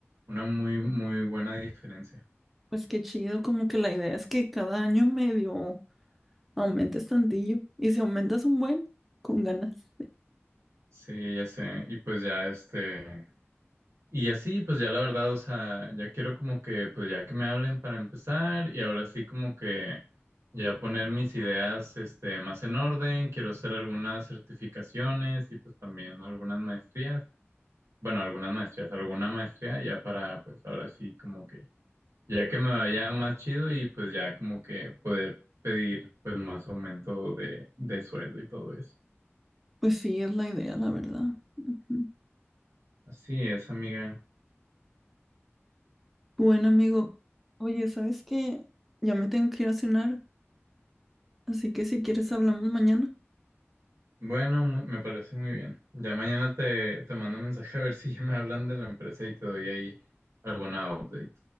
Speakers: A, on the right (about 80°); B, in the centre.
A: una muy, muy buena diferencia.
B: Pues qué chido, como que la idea es que cada año medio aumentes tantillo. Y si aumentas un buen, con ganas.
A: Sí, ya sé. Y pues ya este, y así, pues ya la verdad, o sea, ya quiero como que, pues ya que me hablen para empezar y ahora sí como que ya poner mis ideas, este, más en orden. Quiero hacer algunas certificaciones y pues también algunas maestrías. Bueno, algunas maestrías, alguna maestría ya para, pues ahora sí como que, ya que me vaya más chido y pues ya como que poder pedir pues más aumento de, de sueldo y todo eso.
B: Pues sí, es la idea, la verdad. Ujú.
A: Así es, amiga.
B: Bueno, amigo. Oye, ¿sabes qué? Ya me tengo que ir a cenar, así que si quieres hablamos mañana.
A: Bueno, mu- me parece muy bien. Ya mañana te, te mando un mensaje a ver si ya me hablan de la empresa y te doy ahí alguna update.